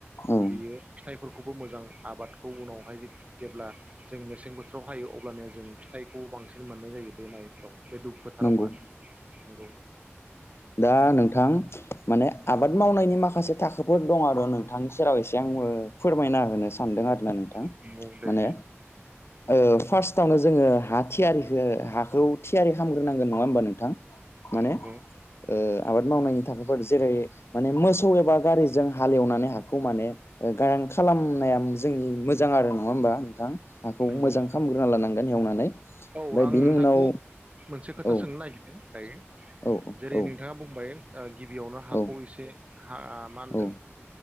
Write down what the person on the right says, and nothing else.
बियो फिथाइफोरखौबो मोजां आबादखौ उनावहाय जेब्ला जों मेसें बोथोराव हायो अब्लानोया जों फिथाइखौ बांसिन मोननाय जायो बे माइफोराव बे दुब फोथारावहा
नंगौ।
नंगौ दे
नंगौ।
नंगौ
औ आं
नोंथांखौ
मोनसे खोथा
सोंनो नागिरदों दायो।
जेरै
नोंथाङा बुंबाय। गिबियावनो हाखौ
एसे हा मा होनदों